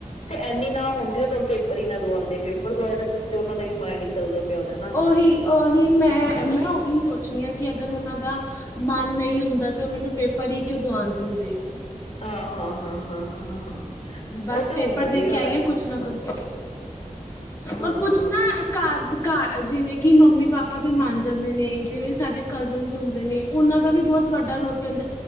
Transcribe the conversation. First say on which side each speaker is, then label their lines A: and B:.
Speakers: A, on the left; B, on the left.
A: ਇਨੀ ਨਾ ਹੁੰਦੀ ਤੁਹਾਨੂੰ ਪੇਪਰ ਹੀ ਨਾ ਦਵਾਉਂਦੇ, ਪੇਪਰ ਦਵਾਏ ਤਾਂ ਕੁਛ ਤੇ ਉਹਨਾਂ ਦਾ ਵੀ ਮਾਇੰਡ ਹੀ ਚੱਲਦਾ ਪਿਆ ਹੋਣਾ ਨਾ
B: ਉਹੀ ਉਓਹੀ ਮੈਂ, ਮੈਂ ਉਹੀ ਸੋਚਣੀ ਹਾਂ ਕਿ ਅਗਰ ਉਹਨਾਂ ਦਾ ਮਨ ਨਹੀਂ ਹੁੰਦਾ ਤੇ, ਉਹ ਮੈਨੂੰ ਪੇਪਰ ਪਰੀ ਕਿਉਂ ਦਵਾਉਣ ਦਿੰਦੇ
A: ਆਹ ਹਾਂ ਹਾਂ ਹਾਂ ਹਾਂ ਹਾਂ
B: ਬਸ
A: ਉਹ ਤੇ
B: ਪੇਪਰ
A: ਹੁੰਦਾ
B: ਦੇ
A: ਬਈ ਹਰ
B: ਕੇ ਆਈ ਹਾ। ਕੁਛ ਨਾ ਕੁਛ
A: ਹਾਂ
B: ਰ ਕੁਛ ਨਾ ਘਰ ਘ ਜਿਵੇਂ ਕਿ ਮੰਮੀ ਪਾਪਾ ਤੇ ਮੰਨ ਜਾਂਦੇ ਨੇ, ਜਿਵੇਂ ਸਾਡੇ ਕਜ਼ਨਸ ਹੁੰਦੇ ਨੇ ਉਹਨਾਂ ਦਾ ਵੀ ਬਹੁਤ ਵੱਡਾ ਰੋਲ ਪਲੇਅ ਹੁੰਦਾ।